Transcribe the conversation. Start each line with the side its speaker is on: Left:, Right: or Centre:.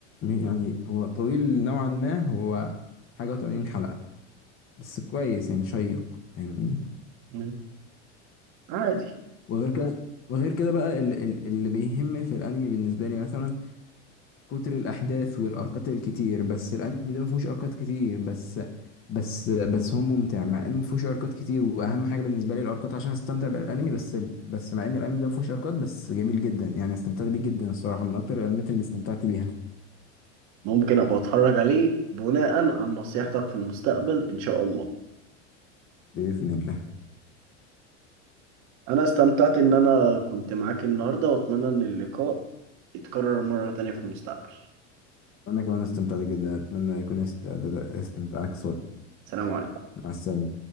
Left: يعني هو طويل نوعا ما هو حاجة و80 حلقة بس كويس يعني شيق فاهمني
Right: مم. عادي
Left: وغير كده وغير كده بقى ال- ال- اللي بيهم في الانمي بالنسبة لي مثلا كتر الاحداث والاركات الكتير بس الانمي ده ما فيهوش اركات كتير بس بس بس هو ممتع مع انه ما فيهوش اركات كتير واهم حاجه بالنسبه لي الاركات عشان استمتع بالانمي بس بس مع ان الانمي ده ما فيهوش اركات بس جميل جدا يعني استمتعت بيه جدا الصراحه من اكتر الانميات اللي استمتعت بيها
Right: ممكن أبقى أتفرج عليه بناء عن نصيحتك في المستقبل إن شاء الله
Left: باذن الله
Right: انا استمتعت ان انا كنت معاك النهارده واتمنى ان اللقاء يتكرر مرة تانية في المستقبل
Left: انا كمان استمتعت جدا اتمنى يكون است- استمتاعك صادق
Right: سلام عليكم
Left: مع السلامه